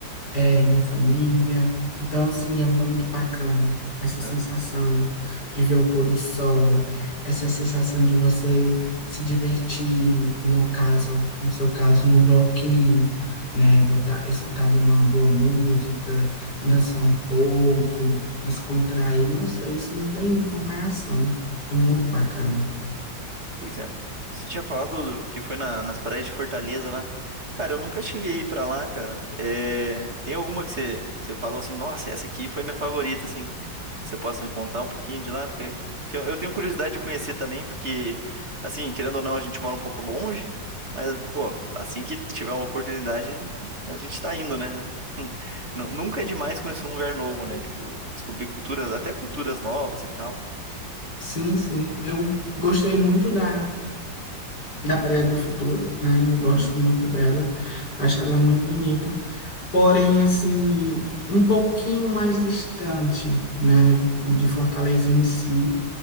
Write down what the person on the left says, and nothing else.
é, minha família. Então, assim, é muito bacana essa
sensação de ver o pôr do sol, essa sensação de você se divertir, no caso, no seu caso, num bloquinho, né? Botar, escutar ali uma boa música,
dançar um pouco, descontrair. Nossa, isso não tem comparação. É muito bacana.
Sim, sim. Eu gostei muito da da Praia do Futuro, né? Eu gosto
muito dela, acho ela muito bonita. Porém, assim, um pouquinho mais distante, né, de Fortaleza em si,